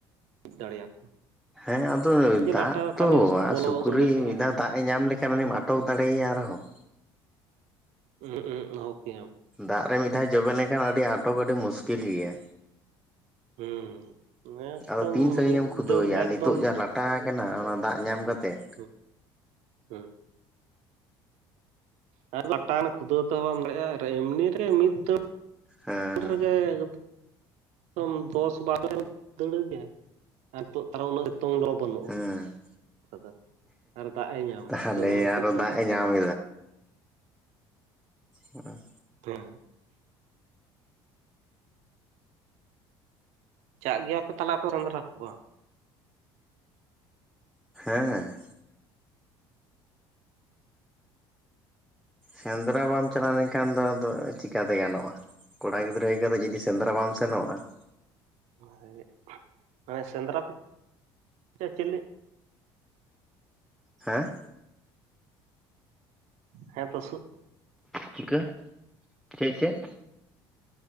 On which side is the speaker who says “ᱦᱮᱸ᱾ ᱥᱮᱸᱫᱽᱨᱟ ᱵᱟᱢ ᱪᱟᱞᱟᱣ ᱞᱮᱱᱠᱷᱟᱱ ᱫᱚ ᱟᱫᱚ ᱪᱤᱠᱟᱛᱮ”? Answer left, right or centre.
Centre